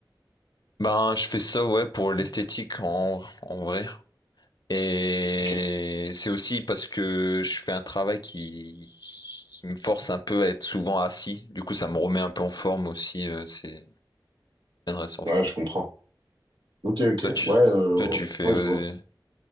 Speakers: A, on the left; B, on the right.
A: Ben, je fais ça, ouais, pour l'esthétique, en, en vrai. Et
B: Ok.
A: c'est aussi parce que je fais un travail qui, qui me force un peu à être souvent assis. Du coup, ça me remet un peu en forme aussi. euh, c'est bien de rester en
B: Ouais,
A: forme.
B: je comprends. Ok, ok.
A: Toi, tu,
B: Ouais, euh,
A: toi, tu fais
B: ouais,
A: euh,
B: je vois.